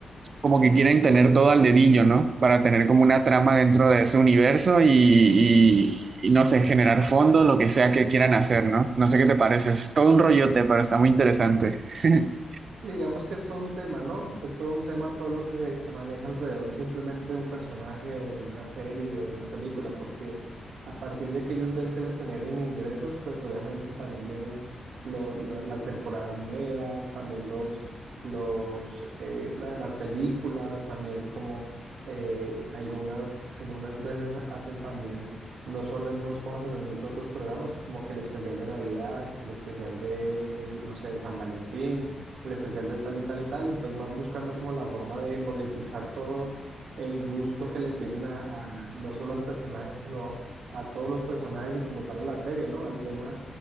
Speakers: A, on the right; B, on the right.
A: como que quieren tener todo al dedillo, ¿no? Para tener como una trama dentro de ese universo y, y- y no sé, generar fondos, lo que sea que quieran hacer, ¿no? No sé qué te parece, es todo un rollote, pero está muy interesante. <laughs>
B: Digamos que es todo un tema, ¿no? Es todo un tema todo lo que se, se maneja alrededor simplemente de un personaje o de una serie, de una película, porque a partir de que ellos ven que les generen ingresos, pues obviamente también vienen lo- lo- las temporadas nuevas, también los, los, eh, la- las películas, también como eh, algunas, algunas veces hacen también, no solo en Voz Esponja, sino en muchos otros programas, como que el especial de Navidad, el especial de, no sé, de San Valentín el especial de tal y tal y tal, entonces van buscando como la forma de monetizar todo el gusto que le tienen a, a- no solo al personaje, sino a todos los personajes y como tal a la serie, ¿no? Al tema